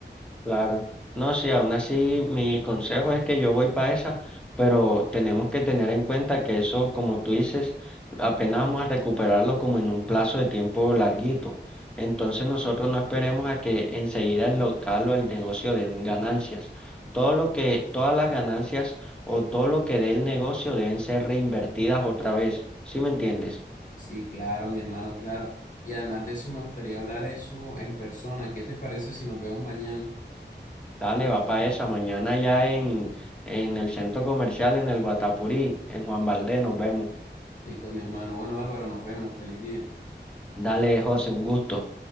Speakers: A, in the centre; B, on the left.
A: Claro, no, sí, aún así mi consejo es que yo voy para esa, pero tenemos que tener en cuenta que eso, como tú dices, apenas vamos a recuperarlo como en un plazo de tiempo larguito. Entonces nosotros no esperemos a que enseguida el local o el negocio den ganancias. Todo lo que, todas las ganancias o todo lo que dé el negocio deben ser reinvertidas otra vez. ¿Sí me entiendes?
B: Sí, claro, mi hermano, claro. Y además de eso, me gustaría hablar eso en persona. ¿Qué te parece si nos vemos mañana?
A: Dale, va para esa. Mañana ya en, en el centro comercial, en el Guatapurí, en Juan Valdez, nos vemos.
B: Listo, mi hermano. Bueno, Álvaro, nos vemos. Feliz día.
A: Dale, José, un gusto.